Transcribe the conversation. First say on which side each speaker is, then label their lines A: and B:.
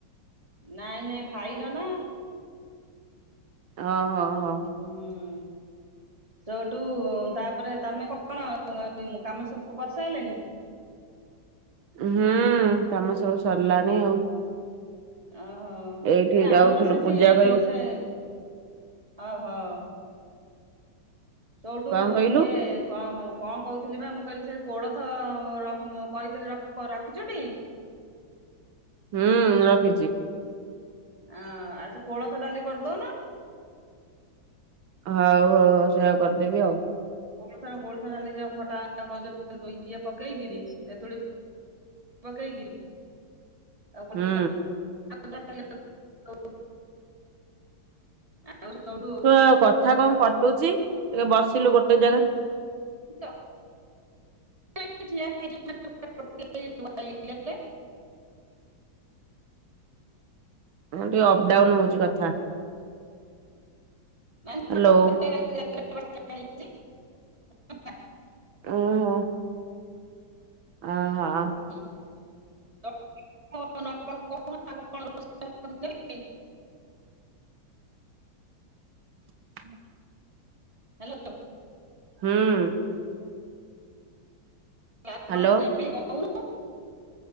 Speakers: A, on the right; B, on the right.
A: ନାଇଁ ନାଇଁ ଭାଇର ନା।
B: ଓ ହୋ ହୋ।
A: ହୁଁ ସେଉଠୁ ତାପରେ ତମେ କଣ କାମ ସବୁ କରିସାରଲେଣି।
B: ହୁଁ କାମ ସବୁ ସରିଲାଣି ଆଉ।
A: ଓହୋ କି
B: ଏଇଠି
A: ଆମର
B: ଯାଉଥିଲୁ
A: ସେଠି
B: ପୂଜା କରିବୁ
A: ସେ ଅହୋ। ତୋଠୁ
B: କଣ କହିଲୁ
A: ଇଏ କଣ ହ। କଣ କହୁଥିଲି ବା ମୁଁ କହିଲି ସେ କୋଳଥ ରଖ ମୋ କହିଥିଲି ରଖ ରଖିଚୁଟି?
B: ହୁଁ ରଖିଛି।
A: ଆ ଆଉ ସେ କୋଳଥ ଡାଲି କରିଦଉନ।
B: ହଉ ହଉ ହଉ ସେୟା କରିଦେବି ଆଉ।
A: କୋଥ କୋଥଡାଲି ଯଉ ଖଟା ଗଞ୍ଜ ଇଏ ପକେଇକିରି ତେନ୍ତୁଳି। ପକେଇକିରି ଆଉ
B: ହୁଁ
A: <inaudible> ଆଉ ସୋଉଠୁ
B: ତୁ କଥା କଣ କଟୁଛି ଟିକେ ବସିଲୁ ଗୋଟେ ଜାଗା
A: କହୁଥିଲି <inaudible>
B: ହଁ ଟିକେ ଅଫଡାଉନ ହଉଛି କଥା।
A: <inaudible>
B: ହ୍ୟାଲୋ ଓହୋ। ଅହୋ।
A: ହ <inaudible> <inaudible> <inaudible>
B: ହଁ <inaudible>
A: ହ୍ୟାଲୋ।
B: ହୁଁ।
A: ଆଉ
B: ହ୍ୟାଲୋ
A: କଣ ନେବି କହୁନୁ